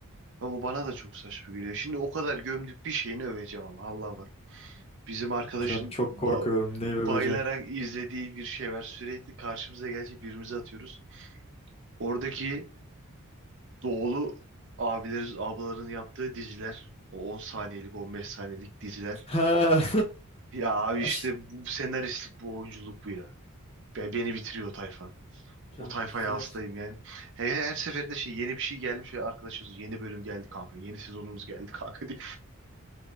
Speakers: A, on the right; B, on the left.
A: Ya bu bana da çok saçma geliyor. Şimdi o kadar gömdük bir şeyini öveceğim ama Allah var. bizim arkadaşın
B: Hocam çok korkuyorum
A: ba-
B: neyi
A: bayılarak
B: öveceksin? <laughs>
A: izlediği bir şey var. Sürekli karşımıza gelecek birbirimize atıyoruz. Oradaki doğulu abilerin, ablaların yaptığı diziler. O 10 saniyelik, 15 saniyelik diziler.
B: Ha.
A: Ya abi işte
B: <laughs> Aş-
A: bu senaristlik, bu oyunculuk bu ya. Be- Beni bitiriyor o tayfa.
B: Hocam
A: O tayfaya
B: flash
A: hastayım yani. Her, her seferinde şey yeni bir şey gelmiş ve arkadaşız yeni bölüm geldi kanka. Yeni sezonumuz geldi kanka diye.